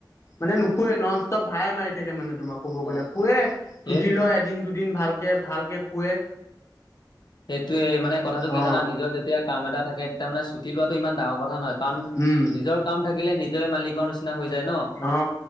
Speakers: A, on the left; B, on the left.
A: মানে নুশুৱে ননষ্টপ ভাড়াই মাৰি থাকে মানে তোমাক ক'ব
B: অ'
A: গ'লে শুৱে
B: সেই
A: চুটি লয় এদিন দুদিন ভালকে ভালকে শুৱে,
B: সেইটোয়ে মানে কথাটো কি
A: অ
B: জানা নিজৰ যেতিয়া কাম এটা থাকে তেতিয়া মানে ছুটি লোৱাটো ইমান ডাঙৰ কথা নহয় কাৰণ
A: উম
B: নিজৰ কাম থাকিলে নিজৰে মালিকৰচিনা হৈ যায় ন?
A: অ